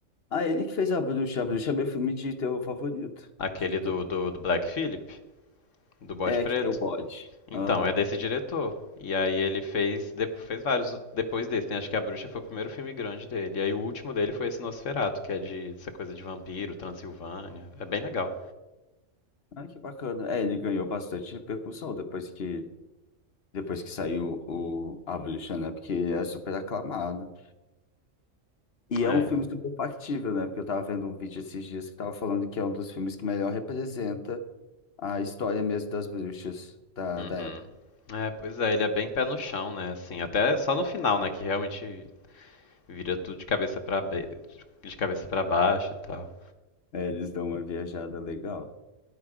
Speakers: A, on the left (about 50°); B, on the left (about 70°).
A: Ah, ele que fez A Bruxa. A Bruxa é meu filme de terror favorito.
B: aquele
A: De to-
B: do, do, do Black Phillip, do Bode
A: É,
B: Preto.
A: que tem o bode.
B: Então,
A: Aham.
B: é desse diretor. E aí ele fez, de- fez vários depois desse, né? Acho que A Bruxa foi o primeiro filme grande dele. E aí o último dele foi esse Nosferatu, que é de essa coisa de vampiro, Transilvânia. É bem legal.
A: Ah, que bacana. É, ele ganhou bastante repercussão depois que, depois que saiu o A Bruxa, né? Porque é super aclamado. E
B: É,
A: é um filme super factível, né? Porque eu tava vendo um vídeo esses dias que tava falando que é um dos filmes que melhor representa a história mesmo das bruxas da,
B: Uhum.
A: da época.
B: É, pois é, ele é bem pé no chão, né? Assim, até só no final, né, que realmente vira tudo de cabeça para de cabeça para baixo e tal.
A: É, eles dão uma viajada legal.